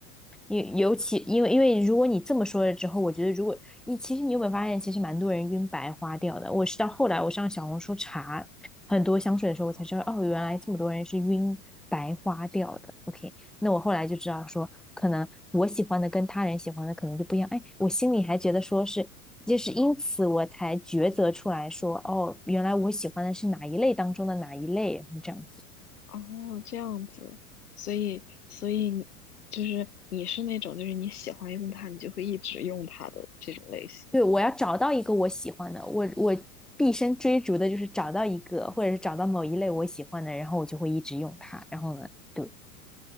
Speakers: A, in the centre; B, on the left.
A: 因尤其因为因为如果你这么说了之后，我觉得如果你其实你有没有发现，其实蛮多人晕白花掉的。我是到后来我上小红书查很多香水的时候，我才知道哦，原来这么多人是晕白花掉的。OK，那我后来就知道说，可能我喜欢的跟他人喜欢的可能就不一样。哎，我心里还觉得说是，就是因此我才抉择出来说，哦，原来我喜欢的是哪一类当中的哪一类，这样。
B: 哦，这样子，所以所以你就是你是那种就是你喜欢用它，你就会一直用它的这种类型。
A: 对，我要找到一个我喜欢的，我我毕生追逐的就是找到一个，或者是找到某一类我喜欢的，然后我就会一直用它。然后呢，对